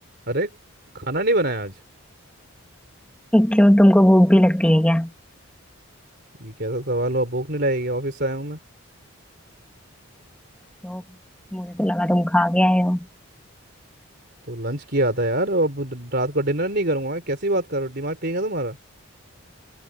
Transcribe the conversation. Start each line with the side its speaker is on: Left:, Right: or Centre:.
Right: अरे खाना नहीं बनाया आज
Centre: क्यों तुमको भूख भी लगती है क्या
Right: ये कैसा सवाल हुआ भूख नहीं लगेगी ऑफिस से आया हूँ मैं
Centre: तो मुझे तो लगा तुम खा के आए हो
Right: तो लंच किया था यार अब द- रात को डिनर नहीं करूंगा कैसी बात कर रहे हो दिमाग ठीक है तुम्हारा